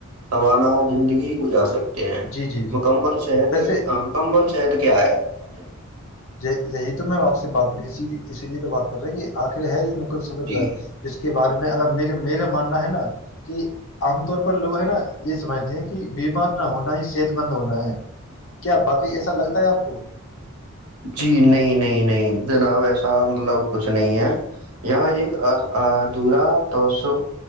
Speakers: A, on the right; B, on the left.
A: اور رانا وہ زندگی گزار سک ہیں
B: جی جی
A: مکمل صحت
B: ویسے
A: مکمل صحت کیا ہے بھائی
B: یہی تو میں آپ سے بات اسی لیے تو بات کر رہے کہ آخر ہے یہ م سمجھ
A: جی
B: گئے جس کے بارے میں ا م میرا ماننا ہے نا کہ عام طور پر لوگ ہے نا یہ سمجھتے ہیں کہ بیمار نہ ہونا ہی صحت مند ہونا ہے کیا باقی ایسا لگتا ہے آپ کو
A: جی نہیں نہیں نہیں جناب ایسا مطلب کچھ نہیں ہے یہ ایکدھورا توس